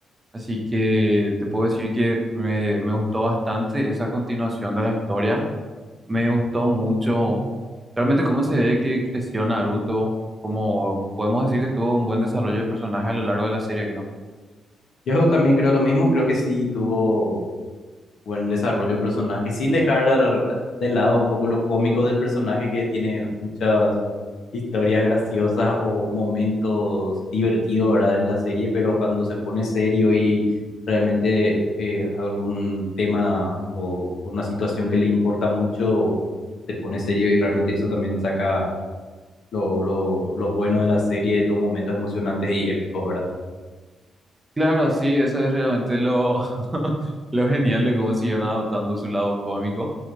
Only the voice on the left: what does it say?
Yo también creo lo mismo, creo que sí tuvo buen desarrollo de personaje, sin dejar de lado un poco lo cómico del personaje que tiene muchas historias graciosas o momentos divertidos, ¿verdad? En la serie, pero cuando se pone serio y realmente eh, algún tema o o una situación que le importa mucho, se pone serio y realmente eso también saca lo, lo, lo bueno de la serie, los momentos emocionantes y épicos, ¿verdad?